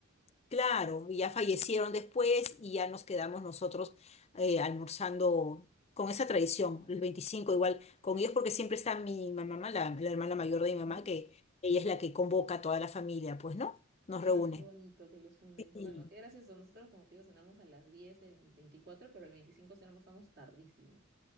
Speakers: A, on the left; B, on the right.
A: Claro, y ya fallecieron después y ya nos quedamos nosotros eh, almorzando con esa tradición, el 25 igual con ellos, porque siempre está mi mamá, la, la hermana mayor de
B: Ujú.
A: mi mamá, que ella es la que convoca a toda la familia, pues, ¿no? Nos
B: Ay,
A: reúne.
B: qué bonito que los une.
A: Sí.
B: Bueno, qué gracioso. Nosotros, como te digo, cenamos a las 10 el 24 pero el 25 sí almorzamos tardísimo.